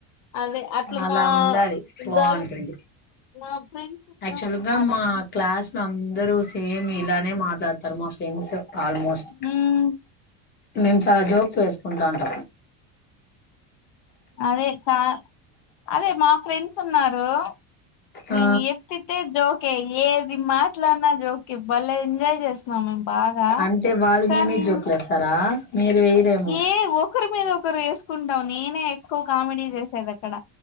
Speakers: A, on the left; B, on the left.
A: అదే అట్లా
B: అలా
A: మా
B: ఉండాలి బావుంటుంది
A: గర్ల్ మా ఫ్రెండ్స్ ఉన్నారు
B: యాక్చువల్ గా
A: చాలా
B: మా
A: మంది
B: క్లాస్ లో అందరూ సేమ్ ఇలానే మాట్లాడ్తారు మా ఫ్రెండ్స్ ఆల్మోస్ట్
A: ఉమ్
B: మేము చాలా జోక్సేసుకుంటాంటం
A: అదే చా అదే మా ఫ్రెండ్సున్నారు మేమ్
B: ఆ
A: ఎత్తితే జోకె ఏది మాట్లాడినా జోకె బలే ఎంజాయ్ చేస్తాం మేమ్ బాగా
B: అంటే వాళ్ళు
A: కానీ
B: మీ మీద జోకులేస్తారా మీరు వేయరేమో
A: ఏ ఒకరి మీద ఒకరేసుకుంటాం నేనే ఎక్కువ కామెడీ చేసేదక్కడ